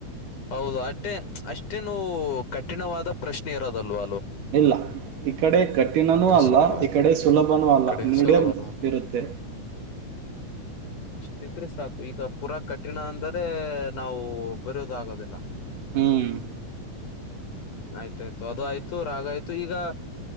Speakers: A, on the left; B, on the right.
A: ಹೌದು ಅಷ್ಟೆ ಅಷ್ಟೇನು ಕಠಿಣವಾದ ಪ್ರಶ್ನೆ ಇರೋದಲ್ವ.
B: ಇಲ್ಲ. ಇ ಕಡೆ. ಕಠಿಣನೂ
A: ಅಂದ್ರೆ
B: ಅಲ್ಲ
A: ಸ್ವಲ್ಪ
B: ಈ ಕಡೆ ಸುಲಭನೂ ಅಲ್ಲ
A: ಕಡೆ
B: ಮೀಡಿಯಂ
A: ಸುಲಭನೂ ಅಲ್ಲ
B: ಇರುತ್ತೆ.
A: ಇಟ್ಟಿದ್ರೆ ಸಾಕು ಈಗ ಪೂರಾ ಕಠಿಣ ಅಂದರೆ ನಾವು ಬರೋದ ಆಗೋದಿಲ್ಲ.
B: ಹ್ಮ್-
A: ಹ್ಮ್ ಆಯ್ತಾಯ್ತು ಅದು ಆಯ್ತು ರಾಗ ಆಯ್ತು ಈಗ-